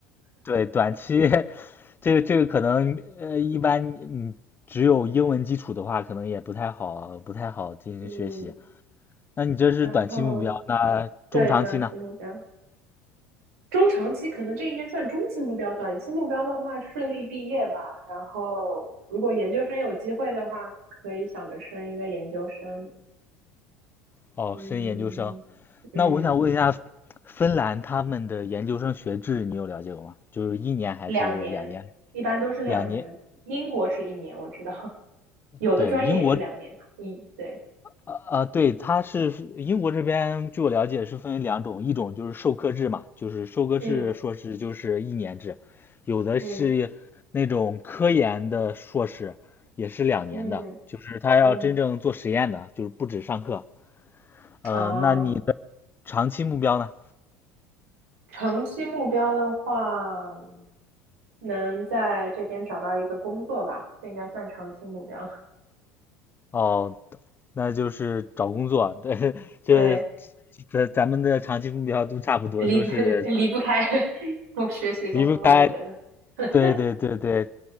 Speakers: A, on the left (about 25°); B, on the right (about 80°).
A: 对，短期 <laughs> 这个这个可能呃，一般你只有英文基础的话，可能也不太好，不太好进行学习。
B: 嗯，
A: 那你这是短期目标，
B: 然后
A: 那中长期呢？
B: 对短期目标，中长期可能这应该算中期目标，短期目标的话，顺利毕业吧。然后，如果研究生有机会的话，可以想着升一个研究生。
A: 哦，
B: 嗯
A: 申研究生。
B: 嗯，
A: 那我想问一下，芬兰他们的研究生学制你有了解过吗？就是一年还是两年？
B: 两年，一般都是两年。
A: 两年。
B: 英国是一年，我知道，<laughs> 有的专业也是两年。
A: 对，英国，
B: 一，对，
A: 呃，呃对，它是英国这边，据我了解是分为两种，一种就是授课制嘛，就是授课制硕士就是一年制，
B: 嗯
A: 有的是那种科研的硕士也是两年的，
B: 嗯嗯
A: 就是他要真正做实验的，
B: 嗯
A: 就是不止上课。呃，
B: 啊，
A: 那你的长期目标呢？
B: 长期目标的话，能在这边找到一个工作吧，这应该算长期目标。<laughs>
A: 哦，那就是找工作，对，<laughs> 这
B: 对。
A: 这咱们的长期目标都差不多，
B: 离不
A: 都是
B: <laughs> 离不开 <laughs> 我学习工作，
A: 离不开，
B: 我觉得 <laughs>
A: 对对对对，